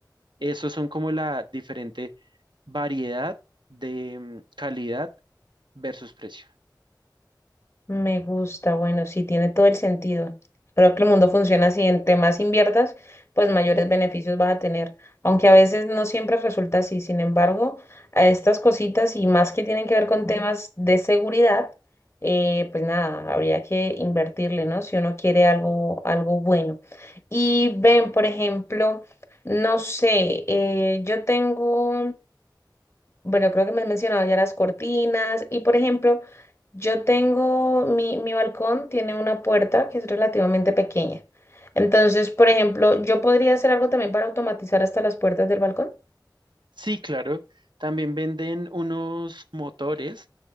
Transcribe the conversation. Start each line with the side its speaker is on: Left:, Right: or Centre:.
Right: Esos son como la diferente variedad de mm, calidad versus precio.
Left: Me gusta, bueno, sí, tiene todo el sentido. Creo que el mundo funciona así, entre más inviertas, pues mayores beneficios vas a tener, aunque a veces no siempre resulta así. Sin embargo, a estas cositas y más que tienen que ver con temas de seguridad, eh, pues nada, habría que invertirle, ¿no? Si uno quiere algo, algo bueno. Y ven, por ejemplo, no sé, eh, yo tengo bueno, creo que me has mencionado ya las cortinas y, por ejemplo, yo tengo, mi, mi balcón tiene una puerta que es relativamente pequeña. Entonces, por ejemplo, yo podría hacer algo también para automatizar hasta las puertas del balcón.
Right: Sí, claro. También venden unos motores